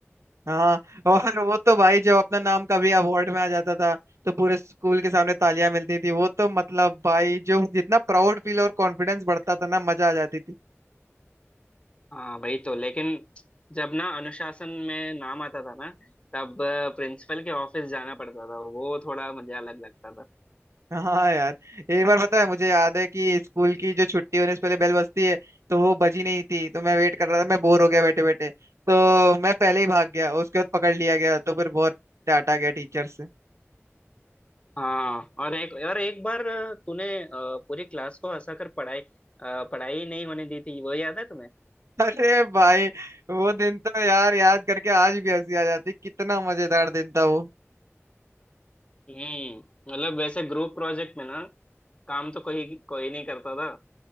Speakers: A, on the right; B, on the left.
A: हाँ और वो तो भाई जब अपना नाम कभी अवार्ड में आ जाता था तो पूरे स्कूल के सामने तालियां मिलती थी वो तो मतलब भाई जो जितना प्राउड फील और कॉन्फिडेंस बढ़ता था ना मजा आ जाती थी
B: हाँ वही तो लेकिन जब ना अनुशासन में नाम आता था ना तब प्रिंसिपल के ऑफिस जाना पड़ता था वो थोड़ा मुझे अलग लगता था
A: हाँ यार एक बार पता है मुझे याद है कि स्कूल की जो छुट्टी होने से पहले बेल बजती है तो वो बजी नहीं थी तो मैं वेट कर रहा था मैं बोर हो गया बैठे बैठे तो मैं पहले ही भाग गया उसके बाद पकड़ लिया गया तो फिर बहुत डांटा गया टीचर से
B: हाँ और एक और एक बार अ, तूने अ, पूरी क्लास को हंसा कर पढ़ाई अ, पढ़ाई नहीं होने दी थी वो याद है तुम्हें
A: <laughs> अरे भाई वो दिन तो यार याद करके आज भी हंसी आ जाती कितना मजेदार दिन था वो
B: हम्म मतलब वैसे ग्रुप प्रोजेक्ट में ना काम तो कोई कोई नहीं करता था